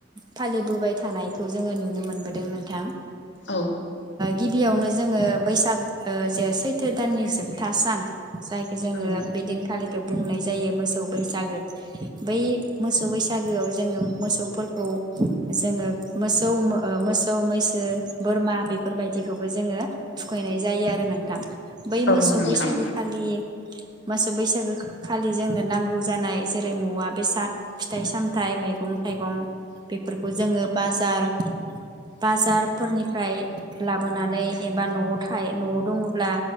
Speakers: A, on the right; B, on the left.
A: फालिबोबाय थानायखौ जोङो नुनो मोनबोदों नोंथां।
B: औ
A: गिबियावनो जोङो बैसागो <unintelligible> चैत्र दाननि जोबथा सान। जायखौ जोङो
B: औ
A: बिदिनखालिखौ बुंनाय जायो मोसौ बैसागो बै मोसौ बैसागो। गोआव जोङो मोसौफोरखौ जोङो मोसौ मो मैसो बोरमा बेफोर बायदिखौबो जोङो थुखैनाय जायो आरो नोंथां। बै
B: औ
A: मोसौ
B: नोंथां
A: बैसागो खालि। मोसौ बैसागो खालि जोंनो नांगौ जानाय जेरै मुवा बेसाद फिथाइ-सामथाइ मैगं थाइगं बेफोरखौ जोङो बाजार-बाजारफोरनिफ्राय लाबोनानै एबा न'आव थाय न'आव दङब्ला।